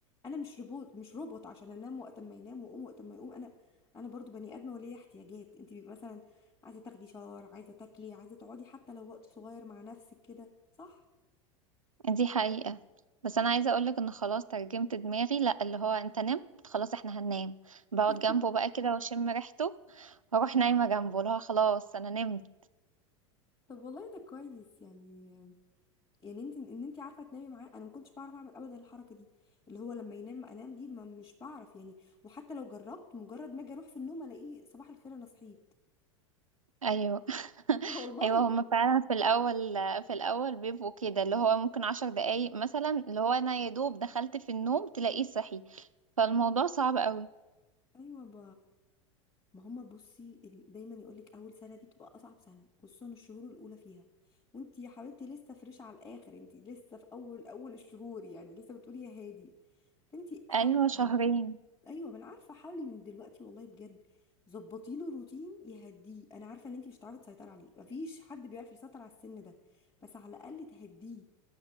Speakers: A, on the left; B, on the right.
A: أنا مش روبوت مش روبوت عشان أنام وقت ما ينام وأقوم وقت ما يقوم أنا أنا برضو بني آدمة وليا احتياجات انتي بيبقى مثلا عايزة تاخدي شاور عايزة تاكلي عايزة تقعدي حتى لو وقت صغير مع نفسك كده صح؟
B: دي حقيقة بس أنا عايزة أقولك إن خلاص ترجمت دماغي لأ اللي هو أنت نمت خلاص إحنا هننام بقعد
A: <laughs>
B: جنبه بقى كده وأشم ريحته وأروح نايمة جنبه اللي هو خلاص أنا نمت
A: طب والله ده كويس يعني يعني انت ان انت عارفه تنامي معاه انا ما كنتش بعرف اعمل ابدا الحركه دي اللي هو لما ينام انام دي ما مش بعرف يعني وحتى لو جربت مجرد ما اجي اروح في النوم الاقيه صباح الخير انا صحيت
B: أيوه <laughs>
A: <laughs> والله
B: أيوه هما فعلا في الأول في الأول بيبقوا كده اللي هو ممكن عشر دقايق مثلا اللي هو أنا يا دوب دخلت في النوم تلاقيه صحي فالموضوع صعب قوي
A: ايوه ب... ما هما بصي ال- دايما يقولك اول سنه دي بتبقى اصعب سنه خصوصا الشهور الاولى فيها وانت يا حبيبتي لسه فريش على الاخر انت لسه في اول اول الشهور يعني لسه بتقولي يا هادي فانت حاولي
B: أيوه شهرين
A: ايوه ما انا عارفه حاولي من دلوقتي والله بجد ظبطي له روتين يهديه انا عارفه ان انت مش هتعرفي تسيطري عليه مفيش حد بيعرف يسيطر على السن ده بس على الاقل تهديه